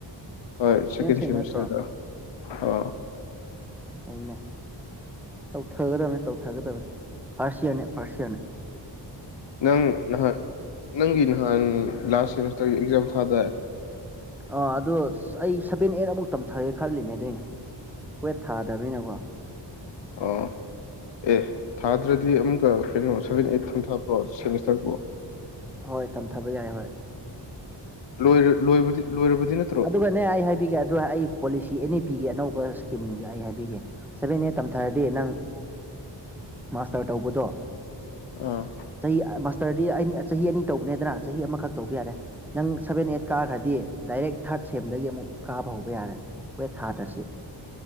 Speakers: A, on the left; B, in the centre.
A: ꯍꯣꯏ ꯁꯦꯀꯦꯟ
B: ꯁꯦꯝ
A: ꯁꯦꯃꯤꯁꯇꯔꯗ
B: ꯅꯠꯇ꯭ꯔꯣ
A: ꯑꯥ
B: ꯑꯩꯅ ꯇꯧꯊꯒꯗꯕꯅꯦ ꯇꯧꯊꯒꯗꯕꯅꯦ ꯄꯥꯔꯁꯤꯌꯥꯅꯤ ꯄꯥꯔꯁꯤꯌꯥꯅꯤ
A: ꯅꯪ ꯅꯍꯥꯟ ꯅꯪꯒꯤ ꯅꯍꯥꯟ ꯂꯥꯁ ꯁꯦꯃꯤꯁꯇꯔꯒꯤ ꯑꯦꯛꯖꯥꯝ ꯊꯥꯗꯦ
B: ꯑꯥ ꯑꯗꯣ ꯑꯩ ꯁꯚꯦꯟ ꯑꯩꯠ ꯑꯃꯨꯛ ꯇꯝꯊꯔꯦ ꯈꯜꯂꯤꯅꯦ ꯑꯗꯨꯗꯅꯦ ꯇꯨꯌꯦꯦꯞ ꯊꯥꯗꯕꯅꯤꯅꯀꯣ
A: ꯑꯣ ꯑꯦ ꯊꯥꯗ꯭ꯔꯗꯤ ꯑꯃꯨꯛꯀ ꯀꯩꯅꯣ ꯁꯕꯦꯟ ꯑꯩꯠ ꯊꯟꯊꯕ꯭ꯔꯣ ꯁꯦꯃꯤꯁꯇꯔꯕꯨ
B: ꯍꯣꯏ ꯇꯝꯊꯕ ꯌꯥꯏ ꯍꯣꯏ
A: ꯂꯣꯏ ꯂꯣꯏ ꯂꯣꯏꯔꯕꯗꯤꯅ
B: ꯑꯗꯨꯒꯅꯦ ꯑꯩ ꯍꯥꯏꯕꯤꯒꯦ ꯑꯗꯨ ꯑꯩ ꯄꯣꯂꯤꯁꯤ ꯑꯦꯟ ꯏ ꯄꯤꯒꯤ ꯑꯅꯧꯕ ꯏꯁꯀꯤꯝꯒꯤ ꯑꯩ ꯍꯥꯏꯕꯤꯒꯦ ꯁꯕꯦꯟ ꯑꯦ ꯇꯝꯊꯔꯗꯤ ꯅꯪ ꯃꯥꯁꯇꯔ ꯇꯧꯕꯗꯣ
A: ꯑꯥ
B: ꯆꯍꯤ ꯃꯥꯁꯇꯔꯗꯤ ꯑ ꯆꯍꯤ ꯑꯅꯤ ꯇꯧꯕꯅꯦꯗꯅ ꯆꯍꯤ ꯑꯃꯈꯛ ꯇꯧꯕ ꯌꯥꯔꯦ ꯅꯪ ꯁꯚꯦꯟ ꯑꯦꯠ ꯀꯥꯈ꯭ꯔꯗꯤ ꯗꯥꯏꯔꯦꯛ ꯊꯥꯔꯠ ꯁꯦꯝꯗꯒꯤ ꯑꯃꯨꯛ ꯀꯥꯕ ꯍꯧꯕ ꯌꯥꯔꯦ ꯑꯩꯈꯣꯏ ꯊꯥꯗ꯭ꯔꯁꯤ